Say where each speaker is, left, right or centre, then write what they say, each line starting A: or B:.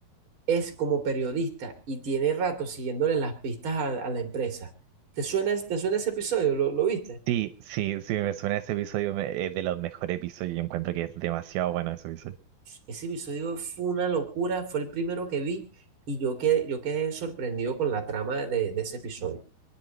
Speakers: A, on the right; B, on the right.
A: es como periodista y tiene rato siguiéndole las pistas a, a la empresa. ¿Te suena, te suena ese episodio? ¿Lo, lo viste?
B: Sí, sí, sí, me suena ese episodio, me- es de los mejores episodios, yo encuentro que es demasiado bueno ese episodio.
A: Ese episodio fue una locura, fue el primero que vi y yo quedé, yo quedé sorprendido con la trama de, de ese episodio.